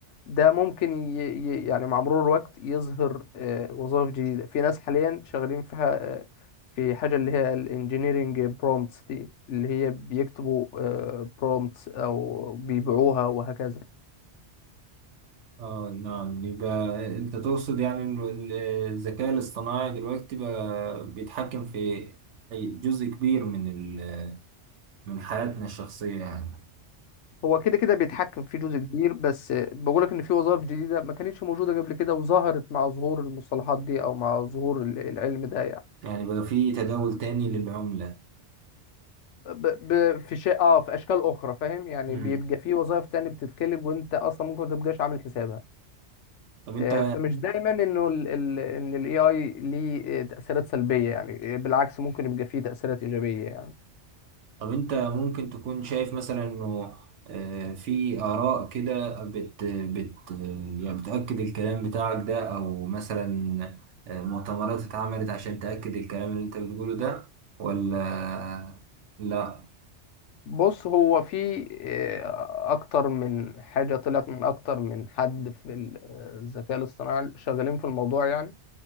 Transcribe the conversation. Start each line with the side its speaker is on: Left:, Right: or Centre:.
Left: ده ممكن ي... ي... يعني مع مرور الوقت يظهر آه، وظائف جديدة في ناس حاليا شغالين في ح... آه، في حاجة اللي هي الانجينيرينج برومتس دي اللي هي بيكتبوا برومتس أو بيبيعوها وهكذا
Right: اه نعم يبقى انت تقصد يعني إنه ال- الذكاء الاصطناعي دلوقتي بقى بيتحكم في أي جزء كبير من ال... من حياتنا الشخصية يعني
Left: هو كده كده بيتحكم في جزء كبير بس آه، بقولك إن في وظائف جديدة ما كانتش موجودة قبل كده وظهرت مع ظهور المصطلحات دي أو مع ظهور ال- العلم ده يعني
Right: يعني بقى في تداول تاني للعملة
Left: ب... ب... في شيء اه في اشكال اخرى فاهم يعني
Right: مم.
Left: بيبقى في وظائف تانية بتتخلق وانت اصلا ممكن ما تبقاش عامل حسابها
Right: طب انت
Left: آه، فمش دايما انه ال... ال... ان الاي اي ليه آه، تاثيرات سلبيه يعني آه، بالعكس ممكن يبقى فيه تاثيرات ايجابيه يعني
Right: طب انت ممكن تكون شايف مثلا انه آه، في آراء كده بت بت يعني بتأكد الكلام بتاعك ده او مثلا آه، مؤتمرات اتعملت عشان تأكد الكلام اللي انت بتقوله ده ولا لا
Left: بص هو في آه، اكتر من حاجه طلعت من اكتر من حد في ال- آه، الذكاء الاصطناعي شغالين في الموضوع يعني